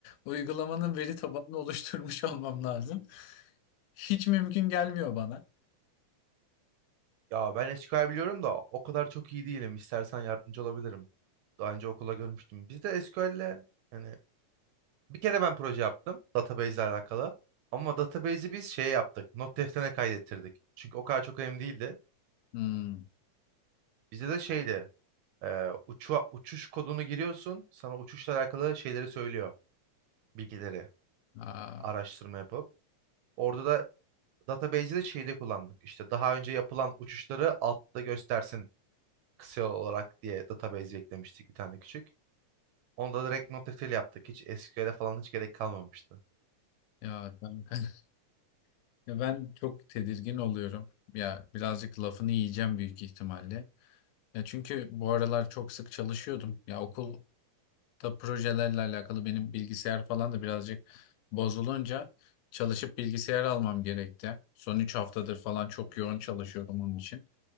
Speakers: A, on the left; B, on the right.
A: uygulamanın veri tabanını oluşturmuş <laughs> olmam lazım. Hiç mümkün gelmiyor bana.
B: Ya ben SQL biliyorum da o kadar çok iyi değilim. İstersen yardımcı olabilirim. Daha önce okula görmüştüm. Biz de SQL'le yani bir kere ben proje yaptım database ile alakalı. Ama database'i biz şey yaptık. Not defterine kaydettirdik. Çünkü o kadar çok önemli değildi.
A: Hmm.
B: Bizde de şeydi. E, uçu- uçuş kodunu giriyorsun. Sana uçuşla alakalı şeyleri söylüyor. Bilgileri.
A: Aa,
B: Araştırma yapıp. Orada da database'i de şeyde kullandık. İşte daha önce yapılan uçuşları altta göstersin kısa yol olarak diye database eklemiştik bir tane küçük. Onda direkt NoSQL yaptık. Hiç SQL'e falan hiç gerek kalmamıştı.
A: ya kanka. <laughs> Ya ben çok tedirgin oluyorum. Ya birazcık lafını yiyeceğim büyük ihtimalle. Ya çünkü bu aralar çok sık çalışıyordum. Ya okul da projelerle alakalı benim bilgisayar falan da birazcık bozulunca çalışıp bilgisayar almam gerekti. Son 3 haftadır falan çok yoğun çalışıyordum onun için.